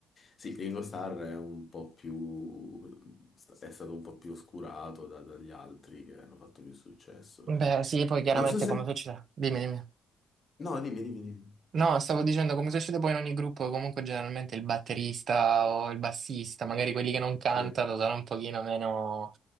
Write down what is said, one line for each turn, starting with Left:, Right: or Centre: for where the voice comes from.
Left: sì, Ringo Starr è un po' più, è stato un po' più oscurato da- dagli altri che hanno fatto più successo.
Right: Beh, sì, poi chiaramente
Left: Non so se...
Right: come succede? Dimmi, dimmi.
Left: No, dimmi, dimmi, dimmi.
Right: No, stavo dicendo come succede poi in ogni gruppo, comunque generalmente il batterista o il bassista, magari quelli che non cantano
Left: Sì.
Right: sono un pochino meno,